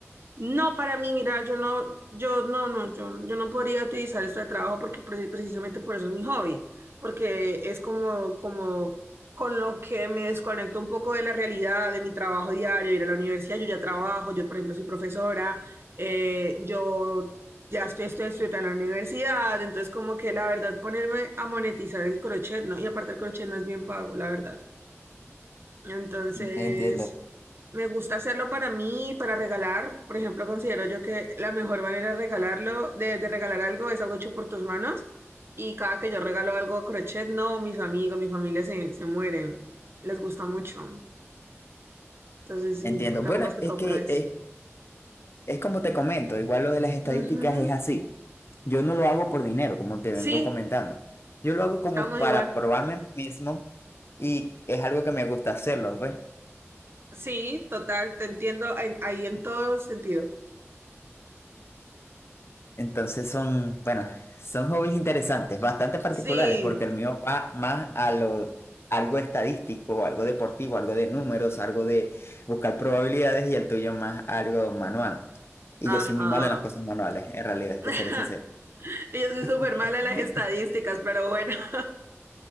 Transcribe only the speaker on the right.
No, para mí, mira, yo no, yo no, no, yo, yo no podría utilizar esto de trabajo porque pre- precisamente por eso es mi hobby, porque es como, como con lo que me desconecto un poco de la realidad, de mi trabajo diario, ir a la universidad, yo ya trabajo, yo por ejemplo soy profesora, eh, yo ya estoy, estoy estudiando en la universidad, entonces como que la verdad ponerme a monetizar el crochet, no, y aparte el crochet no es bien pago, la verdad. Entonces,
me gusta hacerlo para mí, para regalar. Por ejemplo, considero yo que la mejor manera de regalarlo, de, de regalar algo, es algo hecho por tus manos. Y cada que yo regalo algo a crochet, no, mis amigos, mi familia se, se mueren. Les gusta mucho. Entonces, sí,
trabajo
más que
todo
para eso.
Ujú.
Sí,
estamos
igual.
Sí, total, te entiendo en- ahí en todo sentido.
Sí,
ajá.
<laughs>
Yo soy súper
mala en las estadísticas, pero bueno. <laughs>